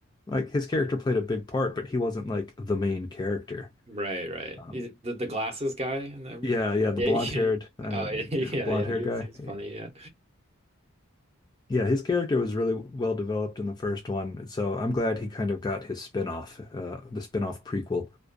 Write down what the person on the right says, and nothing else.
Right, right.
He's- The the glasses guy and everything.
Yeah,
yeah.
Oh, <laughs> yeah,
yeah. He
was, he was funny. Yeah,